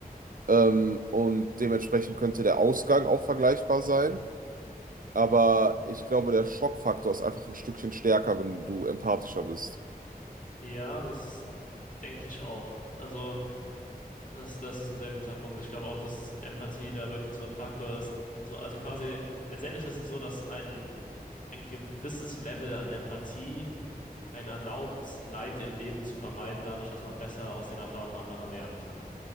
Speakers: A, on the right (about 60°); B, on the left (about 55°).
A: Ähm, und dementsprechend könnte der Ausgang auch vergleichbar sein. Aber ich glaube, der Schockfaktor ist einfach ein Stückchen stärker, wenn du empathischer bist.
B: ja, das denke ich auch. Also, das, das ist ein sehr guter Punkt. Ich glaube auch, dass Empathie da wirklich so ein Faktor ist. So, also quasi, letztendlich ist es so, dass ein, ein gewisses Level an Empathie einen erlaubt, Leid im Leben zu vermeiden, dadurch, dass man besser aus den Erfahrungen anderer lernen kann.